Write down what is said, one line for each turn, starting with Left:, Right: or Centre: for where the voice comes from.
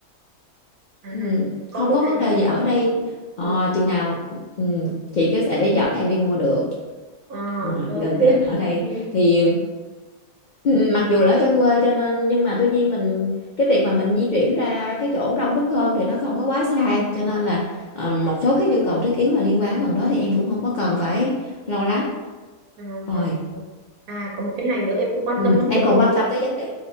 Right: À,
Left: ừ,
Right: có
Left: không
Right: cái
Left: có vấn
Right: này.
Left: đề gì ở đây Ờ,
Right: Ờ,
Left: chừng nào ừ, chị có thể dẫn em đi mua được
Right: ờ,
Left: Ờ,
Right: vâng,
Left: gần
Right: thêm.
Left: gần ở
Right: <laughs>
Left: đây thì Ừ, mặc dù là ở trong quê cho nên nhưng mà tuy nhiên mình cái việc mà mình di chuyển ra cái chỗ đông đúc hơn thì nó không có quá xa cho nên là ờ, một số cái nhu cầu thiết yếu mà liên quan đến phần đó thì em cũng không có cần phải lo lắng
Right: À,
Left: rồi
Right: và- à, có một cái này nữa em cũng quan
Left: ừ,
Right: tâm lắm
Left: em
Right: chị ơi.
Left: còn quan tâm tới vấn đề